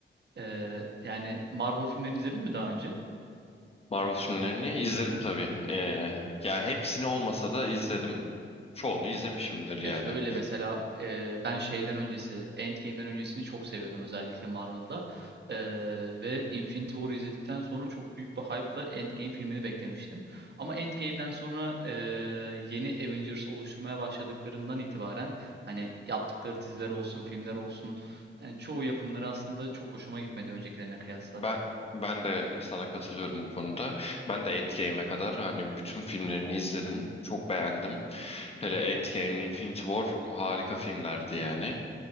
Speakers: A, on the right (about 55°); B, on the left (about 30°).
A: Ee, yani Marvel filmlerini izledin mi daha önce?
B: Marvel filmlerini izledim tabii. Eee, yani hepsini olmasa da izledim. Çoğunu izlemişimdir yani.
A: Ya şöyle mesela e, ben şeyden öncesi, Endgame'den öncesini çok seviyordum özellikle Marvel'da. Ee, ve Infinity War'ı izledikten sonra çok büyük bir hype'la Endgame filmini beklemiştim. Ama Endgame'den sonra e, yeni Avengers oluşturmaya başladıklarından itibaren hani yaptıkları diziler olsun, filmler olsun yani çoğu yapımları aslında çok hoşuma gitmedi öncekilerine kıyasla.
B: Ben ben de sana katılıyorum bu konuda. Ben de Endgame'e kadar hani bütün filmlerini izledim. Çok beğendim. Hele Endgame, Infinity War harika filmlerdi yani.